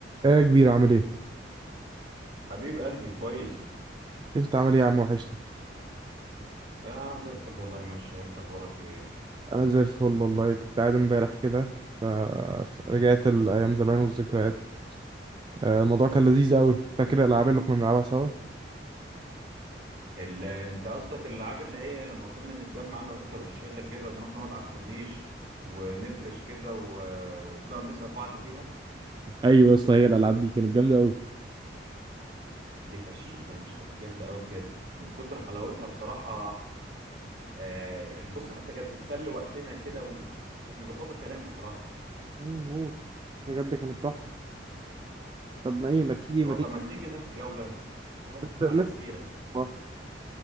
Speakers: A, on the right (about 25°); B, on the right (about 65°).
A: ايه يا كبير عامل ايه
B: حبيب قلبي كويس
A: انت عامل ايه يا عم وحشني
B: يا عم زي الفل والله ماشي انت اخبارك ايه
A: انا زي الفل والله كنت قاعد امبارح كده فرجعت الايام زمان والذكريات آه، الموضوع كان لذيذ قوي فاكر الالعاب اللي كنا بنلعبها سوا
B: ال... انت قصدك الالعاب اللي هي لما كنا نتجمع انا وانت والشله كده ونروح نقعد على الكورنيش ونفرش كده و... وبنقعد نسال بعض فيها
A: ايوه يا اسطى هي الالعاب دي كانت جامده قوي
B: دي فشيخه مش كانت جامده قوي بجد من كتر حلاوتها بصراحه آه يعني بص حتى كانت بتسلي وقتنا كده وكانت مظبطه الكلام بصراحه
A: مم، موت بجد كانت تحفه طب ما ايه ما تيجي
B: اه
A: ما تيجي
B: طب ما تيجي ناخد جوله اه
A: لسه
B: على
A: لسه
B: السيره
A: والله.